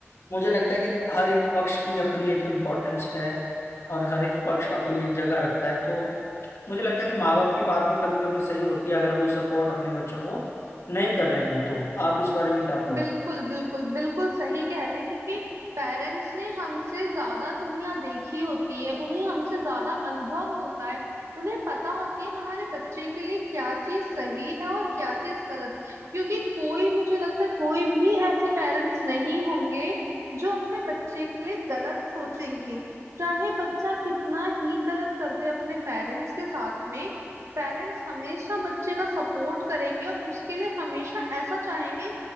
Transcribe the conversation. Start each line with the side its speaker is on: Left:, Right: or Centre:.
Left: मुझे लगता है कि हर एक पक्ष की अपनी एक इम्पोर्टेंस है और हर एक पक्ष अपनी एक जगह रखता है तो मुझे लगता है कि माँ बाप की बात भी कभी कभी सही होती है अगर वो सपोर्ट अपने बच्चों को नहीं कर रहे हैं तो आप इस बारे में क्या कहो
Right: बिल्कुल बिल्कुल बिल्कुल सही कह रहे हैं क्योंकि पेरेंट्स ने हमसे ज्यादा दुनिया देखी होती है उन्हें हमसे ज्यादा अनुभव होता है उन्हें पता होती है हमारे बच्चे के लिए क्या चीज सही है और क्या चीज गलत क्योंकि कोई मुझे लगता है कोई भी ऐसे पेरेंट्स नहीं होंगे जो अपने बच्चे के लिए गलत सोचेंगे चाहे बच्चा कितना ही गलत कर दे अपने पेरेंट्स के साथ में पेरेंट्स हमेशा बच्चे का सपोर्ट करेंगे और उसके लिए हमेशा ऐसा चाहेंगे